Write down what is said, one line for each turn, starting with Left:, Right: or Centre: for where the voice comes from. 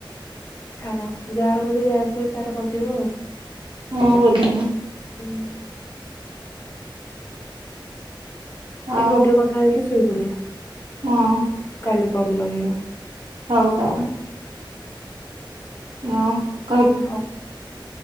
Left: ଛାଡ ଯାହାର ବଧେ ବ୍ୟାଗ ହୁଏ ତାର କଟିବ ଆଉ
Right: ହଁ ବୋଧେ
Left: ହୁଁ
Right: ଆଉ
Left: ଏଇ ଗୋଟେ କଥା ହେଇକି ସୋଇପଡିଆ
Right: ହଁ
Left: କାଲି କ ଲଗିବ
Right: ହଉ ତାହେଲେ ହଁ
Left: ର